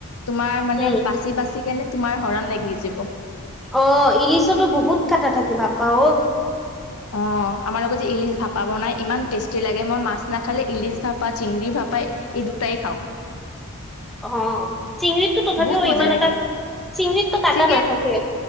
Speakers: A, on the left; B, in the centre.
A: তোমাৰ মানে
B: উম,
A: বাচি বাচি কেনে তোমাৰ হৰণ লাগি যিব
B: অ ইলিচতো বহুত কাটা থাকে বাপপা অ
A: অ আমাৰ লগত যে ইলিচ ভাপা বনাই ইমান টেষ্টি লাগে মই মাছ নাখালে ইলিচ ভাপা চিঙৰি ভাপাই এই দুটাই খাওঁক
B: অ চিঙৰিতো তথাপিও
A: বহুত মজা
B: ইমান
A: লাগে।
B: এটা চিঙৰিতটো কাটা
A: চিংগিত
B: নাথাকে